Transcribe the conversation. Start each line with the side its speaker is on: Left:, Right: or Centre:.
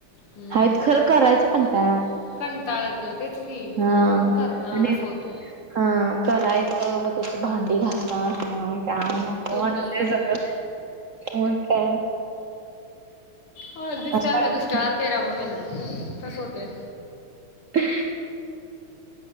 Left: हम्म
Right: आहेत खरं
Left: फक्त.
Right: करायचा कंटाळा.
Left: कंटाळा येतोय ते फ
Right: हा
Left: पण करणारस
Right: आणि
Left: होते.
Right: हा करायच मग त्याची भांडी घालता ह्यान त्याहून. म
Left: डोक्याला
Right: वाट
Left: ताप
Right: सग मग काय.
Left: हो दष्काळ
Right: असं वाटत
Left: म्ह दुष्काळ तेरावा महिना तस होते.
Right: ह.